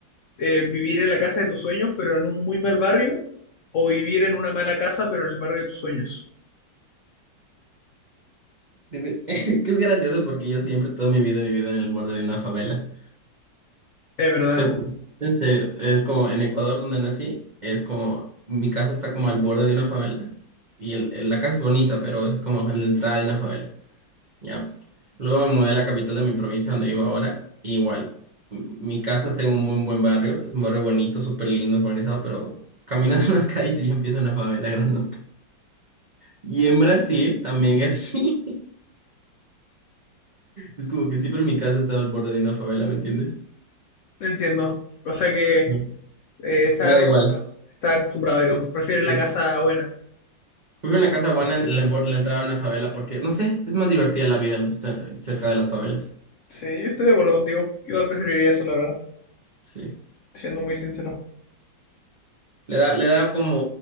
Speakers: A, on the left (about 80°); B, on the right (about 60°).
A: eh, vivir en la casa de tus sueños, pero en un muy mal barrio, o vivir en una mala casa, pero en el barrio de tus sueños.
B: Vivi- <laughs> Es que es gracioso porque yo siempre toda mi vida he vivido en el borde de una favela.
A: Es verdad,
B: Te juro. En serio, es como en Ecuador donde nací, es como mi casa está como al borde de una favela y el, el- la casa es bonita, pero es como en la entrada de una favela. Ya. Luego me mudé a la capital de mi provincia donde vivo ahora. Igual. m- Mi casa está en un buen, buen barrio. Es un barrio bonito, súper lindo, organizado, pero caminas <laughs> unas calles y ya empieza una favela grandota. Y en Brasil también es así. <laughs> Es como que siempre mi casa estaba al borde de una favela, ¿me entiendes?
A: ¿eh? entiendo. O sea que
B: Ujú.
A: eh, estás
B: Me da
A: acostumbrado,
B: igual.
A: estás acostumbrado, digamos.
B: Sí,
A: Prefieres
B: sí.
A: la casa buena.
B: Prefiero una casa buena en la, bor- en la entrada de una favela porque, no sé, es más divertida la vida al- ce- cerca de las favelas.
A: Sí, yo estoy de acuerdo contigo. Igual preferiría eso, la verdad,
B: Sí.
A: siendo muy sincero.
B: Le da, le da como